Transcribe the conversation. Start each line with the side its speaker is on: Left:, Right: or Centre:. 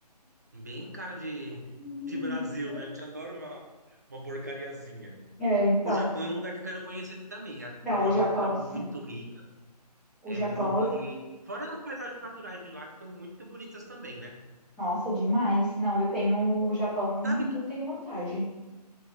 Right: Bem cara de,
Centre: Hum,
Right: de Brasil,
Centre: hum.
Right: né? A gente adora uma, uma porcariazinha.
Centre: é, então.
Right: O Japão é um lugar que eu quero conhecer também. Acho que
Centre: Não,
Right: tem uma
Centre: o Japão,
Right: cultura muito
Centre: sim.
Right: rica.
Centre: O
Right: É
Centre: Japão,
Right: muito. E
Centre: eu-
Right: fora as paisagens naturais de lá, que são muito bonitas também, né?
Centre: nossa, demais. Não, eu tenho o Japão,
Right: Sabe que
Centre: eu tenho vontade.